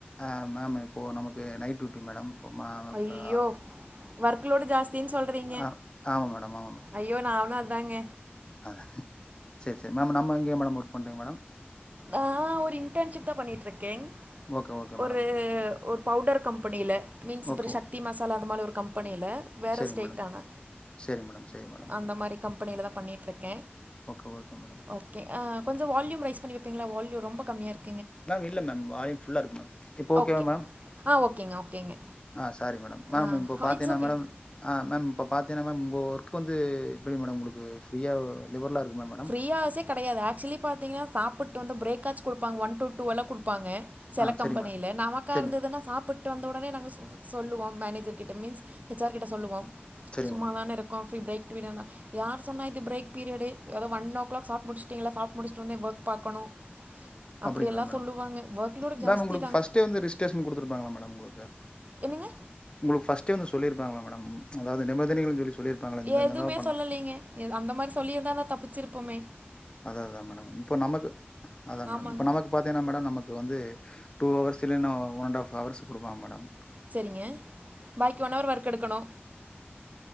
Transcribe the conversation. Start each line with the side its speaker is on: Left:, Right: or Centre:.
Left: அ மேம் இப்போ நமக்கு நைட் டியூட்டி மேடம் போமனக்கா
Right: ஐயோ ஒர்க் லோடு ஜாஸ்தின்னு சொல்றீங்க
Left: ஆ ஆமா மேடம்
Right: ஐயோ நானு அதாங்க
Left: அத செரி செரி மேம் நம்ம எங்கேய மேடம் ஒர்க் பண்றோங்க மேடம்
Right: ஆ ஒரு இன்டர்ன்ஷிப் தா பண்ணிட்டுருக்கேன்
Left: ஓகே ஓகே
Right: ஒரு
Left: மேடம்
Right: ஒர் பவுடர் கம்பெனியில மீன்ஸ் இப்போ
Left: ஓகே
Right: சக்தி மசாலா அது மாலு ஒரு கம்பெனில வேற
Left: சரிங்க
Right: ஸ்டேட்டான
Left: மேடம் சரி மேடம் சரி மேடம்
Right: அந்த மாரி கம்பெனியில தா பண்ணிட்டுருக்க
Left: ஓகே ஓகே மேடம்
Right: ஓகே அ கொஞ்சம் வால்யூம் ரேஸ் பண்ணி வப்பிங்ளா வால்யூம் ரொம்ப கம்மியா இருக்
Left: மேம் இல்ல மேம் வால்யூம் புல்லா இருக்கு மேம் இப்போ ஓகேவா
Right: ஓகே
Left: மேம்
Right: ஆ ஓகேங்க ஓகேங்க
Left: ஆ சாரி மேடம் மேம்
Right: ஆ
Left: இப்ப பாத்தீன்னா
Right: இட்ஸ் ஓகே
Left: மேடம் ஆ மேம் இப்ப பாத்தீங்னா மேம் உங்க ஒர்க்கு வந்து எப்டி மேடம் குடுக்கிறது ஃப்ரீயாவோ இந்தவுர்லா இருக்கு ம ம
Right: ஃப்ரீ ஹவர்சே கெடையாது ஆக்சுவலி பாத்தீங்னா சாப்புட்டு வந்து பிரேக்காச்சு குடுப்பாங்க ஒன் டு டூலா குடுப்பாங்க செல
Left: ஆ
Right: கம்பெனில
Left: சரிங்க மேடம்
Right: நமக்கா
Left: சரிங்க
Right: இருந்ததுனா சாப்ட்டு ட்டு வந்த உடனே நாங்க சொ சொல்லுவோ மேனேஜர் கிட்ட மீன்ஸ் ஹச்ஆர் கிட்ட சொல்லுவோ
Left: சரிங்க
Right: சும்மாதானே
Left: மேடம்
Right: இருக்கோ ஃப்ரீ பிரேக் பீரிடலா யார் சொன்னா இது பிரேக் பீரியடு எதோ ஒன் ஓ கிளாக் சாப்ப முடிச்சிட்டீங்களா சாப்ட்டு முடிந்து வந்து வொர்க் பாக்கணு அப்டியெல்லா
Left: அப்படிங்களா மேடம்
Right: சொல்லுவாங்க ஒர்க்லோடு ஜாஸ்தி
Left: மேம் உங்களுக்கு
Right: தா
Left: ஃபர்ஸ்ட்டே வந்து ரிஜிஸ்ட்ரேஷன் கொடுத்துருப்பாங்களா மேடம் உங்களுக்கு
Right: என்னங்க
Left: உங்களுக்கு ஃபர்ஸ்ட் டே வந்து சொல்லிருப்பாங்களா மேடம் அதாவது நிபந்தனைகள் சொல்லி சொல்லியிருப்பாங்களா இந்த
Right: எதுவுமே
Left: இதெல்லாம் பண்ண
Right: சொல்லலீங்க அந்த மாரி சொல்லியிருந்தா தா தப்பிச்சுருப்போமே
Left: அதா அதா மேடம் இப்ப நமக்கு அதா மேடம்
Right: ஆமாங்க
Left: இப்ப நம்ம க்கு பாத்தீங்கன்னா மேடம் நமக்கு வந்து டூ வர்ஸ் இல்லன்ன ஒன் அண்ட் ஆப் ஹவர்ஸ் குடுப்பாங்க மேடம்
Right: சேரிங்க பாக்கி ஒன் அவர் ஒர்க் எடுக்கணு